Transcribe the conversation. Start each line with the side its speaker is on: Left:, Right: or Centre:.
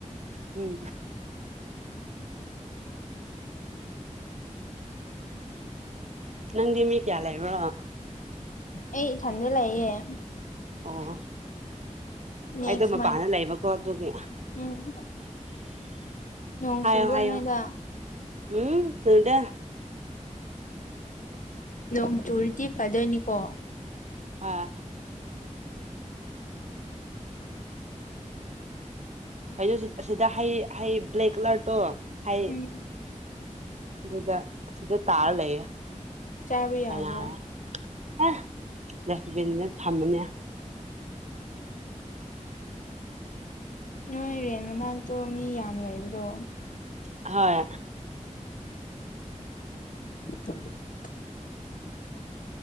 Right: ꯎꯝ ꯅꯟꯗꯤ ꯃꯤ ꯀꯌꯥ ꯂꯩ ꯂꯩꯕ꯭ꯔꯣ
Left: ꯑꯩ ꯏꯊꯟꯗ ꯂꯩꯌꯦꯦ
Right: ꯑꯣ
Left: ꯅꯦꯛꯁ
Right: ꯑꯩꯗꯣ ꯃꯄꯥꯟ
Left: ꯃꯟ
Right: ꯂꯩꯕꯀꯣ ꯑꯗꯨꯒꯤ
Left: ꯎꯝ ꯅꯣꯡ
Right: ꯍꯥꯏꯌꯣ
Left: ꯆꯨꯕ꯭ꯔꯥ
Right: ꯍꯥꯏꯌꯣ
Left: ꯅꯣꯏꯗ
Right: ꯎꯝ ꯐꯗꯦ
Left: ꯅꯣꯡ ꯆꯨꯔꯗꯤ ꯐꯥꯗꯣꯏꯅꯤꯀꯣ
Right: ꯑ ꯀꯩꯅꯣ ꯁꯤꯗ ꯍꯩ ꯍꯩ ꯕ꯭ꯂꯦꯛ ꯀꯂꯔꯇꯣ ꯍꯥꯏ
Left: ꯎꯝ
Right: ꯑꯗꯨꯗ ꯁꯤꯗ ꯇꯥꯔ ꯂꯩꯌꯦ
Left: ꯆꯥꯕ ꯌꯥꯕ꯭ꯔꯣ
Right: ꯀꯌꯥꯦ ꯑ ꯗꯁꯕꯤꯤꯟ ꯊꯃꯅꯦ
Left: ꯅꯣꯏ ꯔꯦꯟ ꯃꯅꯥꯛꯇꯣ ꯃꯤ ꯌꯥꯝ ꯂꯩꯕ꯭ꯔꯣ
Right: ꯍꯣꯏ
Left: <unintelligible>